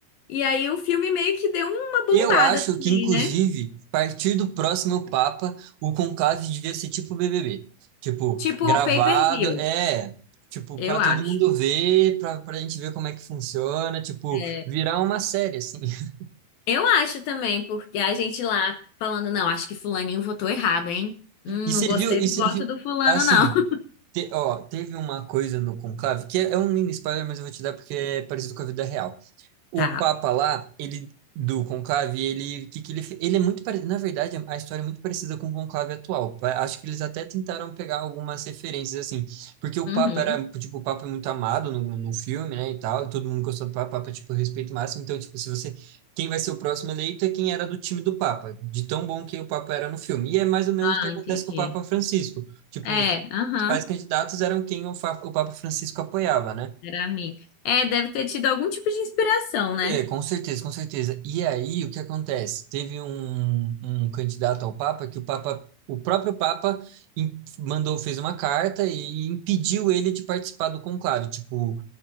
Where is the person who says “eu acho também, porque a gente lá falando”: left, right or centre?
Left